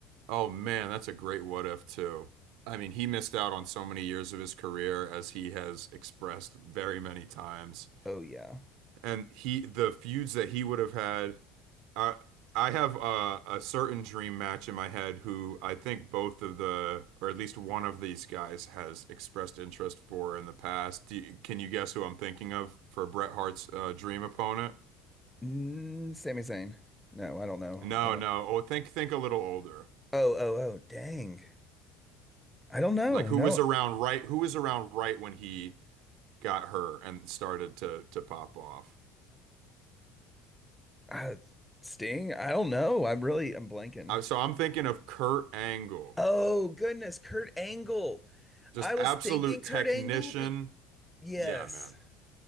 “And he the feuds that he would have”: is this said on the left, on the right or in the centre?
Right